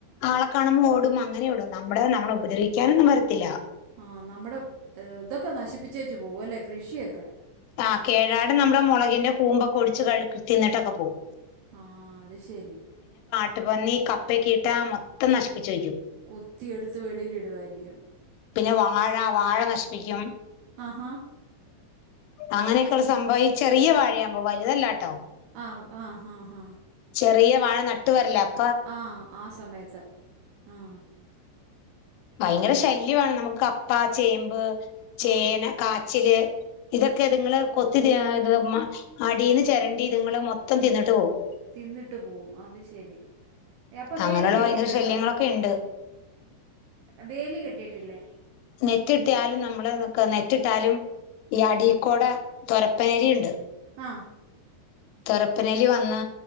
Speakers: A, on the left; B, on the right.
A: ആളെ കാണുമ്പോ ഓടും അങ്ങനെ ഉള്ളൂ നമ്മുടെ നമ്മള ഉപദ്രവിക്കാനൊന്നും വരത്തില്ല
B: ആ നമ്മുടെ ഇതൊക്കെ നശിപ്പിച്ചേച്ച പോവല്ലേ കൃഷിയൊക്കെ
A: ആ കേഴാട നമ്മുടെ മുളകിന്റെ കൂമ്പൊക്കെ ഒടിച്ച് കഴ തിന്നിട്ടൊക്കെ പോവും
B: ങാ അത് ശരി
A: കാട്ടപ്പന്നി കപ്പക്കെ ഇട്ടാ മൊത്തം നശിപ്പിച്ചുവയ്ക്കും
B: കുത്തി എടുത്ത് വെളിയിൽ ഇടുവായിരിക്കും
A: പിന്നെ വാഴ വാഴ നശിപ്പിക്കും
B: അഹാ
A: അങ്ങനെയൊക്കെള്ള സംഭവ ഇ ചെറിയ വാഴയാഭൊ വലുതല്ലാട്ടോ
B: ങാ ങാ ങാ ങാ
A: ചെറിയ വാഴ നട്ട് വരില്ല അ
B: ങാ ആ സമയത്ത് ങാ
A: ഭയങ്കര ശല്യമാണ് നമുക്ക് കപ്പ ചേമ്പ് ചേന
B: ആ
A: കാച്ചില് ഇതൊക്കെ ഇതുങ്ങള് കൊത്തി തിമ്മാ അടീന്ന് ചെരണ്ടി ഇതുങ്ങള് മൊത്തം തിന്നിട്ട് പോകും
B: തിന്നിട്ട് പോവും അത് ശരി ഏ, അപ്പൊ
A: അങ്ങനൊള്ള
B: വേലി കെട്ടിയിട്ടുണ്ടോ
A: ഭയങ്കര ശല്യങ്ങളൊക്കെ ഇണ്ട്
B: വേലി കെട്ടീട്ടില്ലേ
A: നെറ്റിട്ടിയാലും നമ്മള് ക്കെ നെറ്റിട്ടാലും ഈ അടീക്കോടെ തൊരപ്പനെലിയിണ്ട്
B: ആ
A: തൊരപ്പനെലി വന്ന്